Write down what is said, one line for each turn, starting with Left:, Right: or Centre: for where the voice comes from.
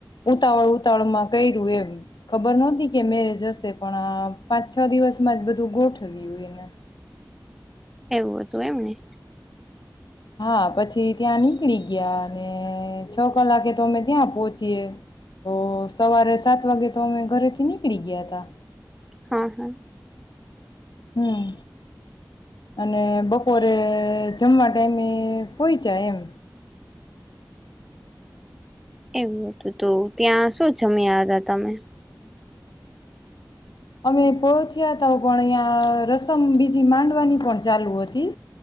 Left: ઉતાવળ ઉતાવળમાં કર્યું એમ ખબર નહતી કે મેરેજ હશે પણ આ પાંચ છ દિવસમાં જ બધું ગોઠવ્યું એને
Centre: એવું હતું એમને
Left: હા પછી ત્યાં નીકળી ગયા અને છ કલાકે તો અમે ત્યાં પોહોંચીય તો સવારે સાત વાગે તો અમે ઘરેથી નીકળી ગયા તા
Centre: હા હા
Left: હમ અને બપોરે જમવા ટાઈમે પહોંચાય એમ
Centre: એવું હતું તો ત્યાં શું જમ્યા હતા તમે
Left: અમે પહોચ્યા ત પણ અહીં રસમ બીજી માંડવાની પણ ચાલુ હતી